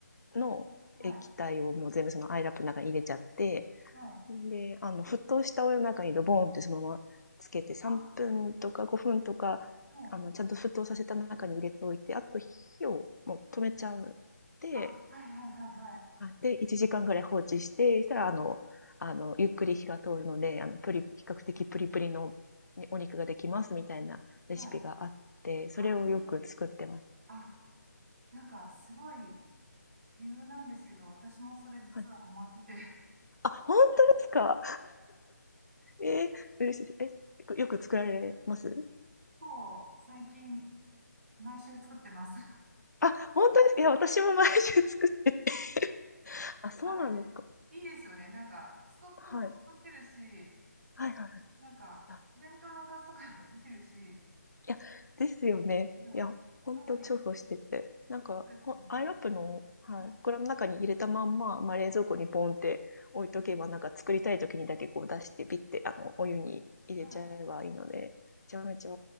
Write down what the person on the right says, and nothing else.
はい、はい。
あ、はい、
あ、はい、はい、はい、はい。
はい
あー、あ、なんかすごい理由なんですけど、私もそれ実はハマってて、
<laughs> もう最近毎週作ってます。
あれ、いいですよね。なんか、ストックも溶けるし、
なんか、
弁当のおかずとかもできるし、は
い。
かなり、
そうですよね。
は
い。うんうん
は